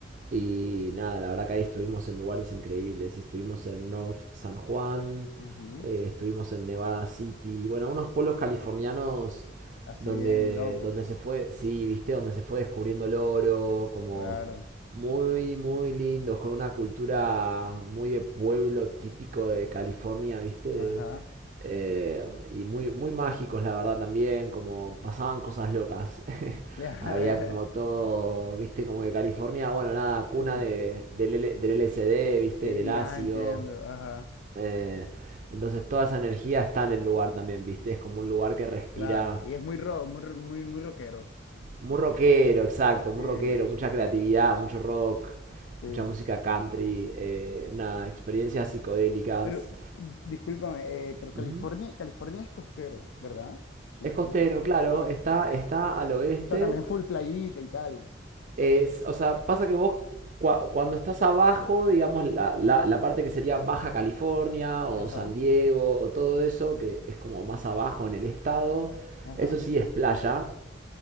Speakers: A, on the right; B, on the left.
A: Y nada, la verdad que ahí estuvimos en lugares increíbles. Estuvimos en North San Juan,
B: ujú,
A: eh, estuvimos en Nevada City, bueno, unos pueblos californianos
B: Así
A: donde,
B: bien, loco.
A: donde se fue, sí, viste, donde se fue descubriendo el oro, como
B: Claro.
A: muy, muy lindos, con una cultura muy de pueblo típico de California, viste, de,
B: Ajá.
A: eh, y muy, muy mágicos, la verdad, también, como pasaban cosas locas. <laughs>
B: Ya.
A: Había como
B: <laughs>
A: todo, viste, como que California, bueno, nada, cuna
B: Sí.
A: de, del, L- del LSD, viste,
B: Y
A: del ácido.
B: ya entiendo. Ajá.
A: Eh, entonces toda esa energía está en el lugar también, viste, es como un lugar que respira
B: Claro, y es muy rock, muy, ro- muy, muy rockero.
A: muy rockero, exacto, muy
B: Eh,
A: rockero, mucha creatividad, mucho rock,
B: sí.
A: mucha música country, eh, nada, experiencias psicodélicas.
B: Pero, d- discúlpame, eh, pero California,
A: Ujú.
B: California es costero, ¿verdad? Si
A: Es
B: no
A: costero,
B: estoy-
A: claro,
B: sí.
A: está, está al oeste.
B: Está también full playita y tal.
A: Es, o sea, pasa que vos cua- cuando estás abajo, digamos, la, la- la parte que sería Baja California o
B: Ajá,
A: San Diego o todo eso, que es como más abajo en el estado,
B: ajá.
A: eso sí es playa